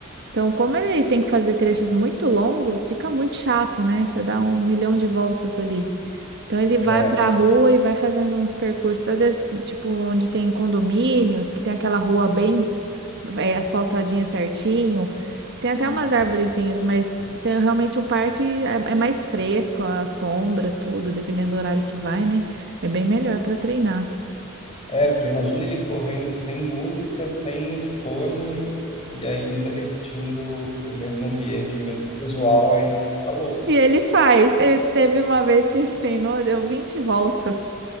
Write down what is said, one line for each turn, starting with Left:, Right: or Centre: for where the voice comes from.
Right: Então, como ele tem que fazer trechos muito longos, fica muito chato, né? Você dá um milhão de voltas ali. Então ele vai
Left: É,
Right: pra rua e vai fazendo uns percursos, às vezes, tipo, onde tem condomínios, que tem aquela rua bem é, asfaltadinha certinho. Tem até
Left: sim.
Right: umas arvorezinhas, mas tem realmente o parque é, é mais fresco, a sombra, tudo, dependendo do horário que vai, né? É bem melhor para treinar.
Left: É, porque imagina ele correndo sem música, sem fone e ainda repetindo o mesmo ambiente, o mesmo visual, aí fica louco.
Right: E ele faz. Ele teve uma vez que ele treinou, deu 20 voltas